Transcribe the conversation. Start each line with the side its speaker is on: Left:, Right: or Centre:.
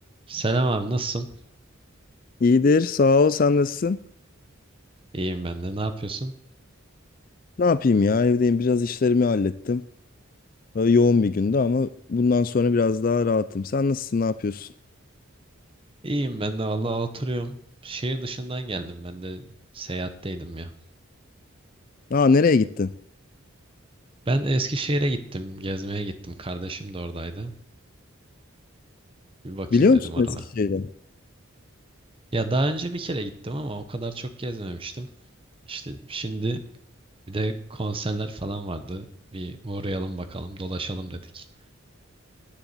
Right: Selam abi nasılsın?
Left: İyidir, sağ ol. Sen nasılsın?
Right: İyiyim ben de. Ne yapıyorsun?
Left: Ne yapayım ya? Evdeyim. Biraz işlerimi hallettim. Böyle yoğun bir gündü ama bundan sonra biraz daha rahatım. Sen nasılsın? Ne yapıyorsun?
Right: İyiyim ben de vallahi oturuyorum. Şehir dışından geldim. Ben de seyahatteydim ya.
Left: Aa, nereye gittin?
Right: Ben de Eskişehir'e gittim. Gezmeye gittim. Kardeşim de oradaydı. Bir bakayım
Left: Biliyor
Right: dedim
Left: musun
Right: oralara.
Left: Eskişehir'e?
Right: Ya daha önce bir kere gittim ama o kadar çok gezmemiştim. İşte şimdi bir de konserler falan vardı. Bir uğrayalım bakalım, dolaşalım dedik.